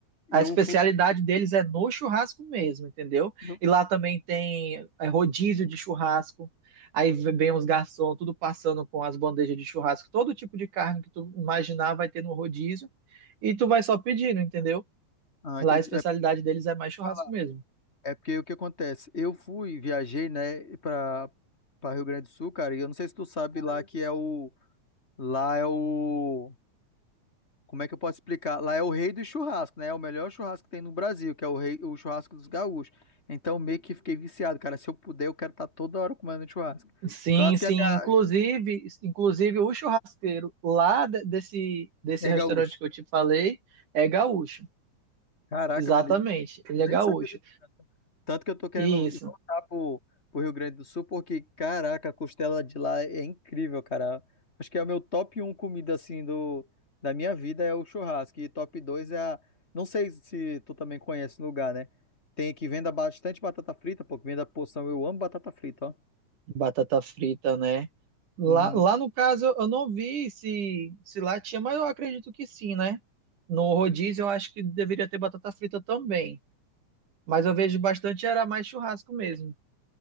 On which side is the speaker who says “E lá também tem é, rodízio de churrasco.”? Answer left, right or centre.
Right